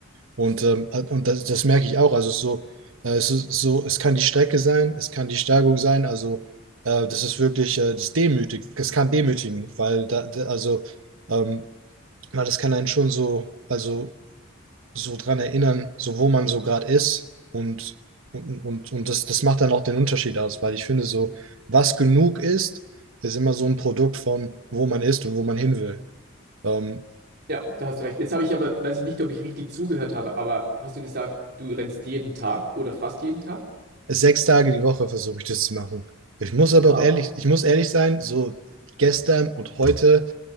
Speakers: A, on the right; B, on the right.
A: Und, ähm, und das, das merke ich auch. Also es ist so, äh, es ist so, es kann die Strecke sein, es kann die Steigung sein. Also äh, das ist wirklich, äh, das demütigt, das kann demütigen, weil da, da also ähm, weil das kann einen schon so, also so dran erinnern, so wo man so gerade ist und und, und, und das, das macht dann auch den Unterschied aus, weil ich finde, so, was genug ist, ist immer so ein Produkt von, wo man ist und wo man hin will. Ähm,
B: Ja, da hast du recht. Jetzt habe ich aber, weiß ich nicht, ob ich richtig zugehört habe, aber hast du gesagt, du rennst jeden Tag oder fast jeden Tag?
A: Sechs Tage die Woche versuche ich das zu machen. Ich muss aber
B: Wow.
A: auch ehrlich, ich muss ehrlich sein, so gestern und heute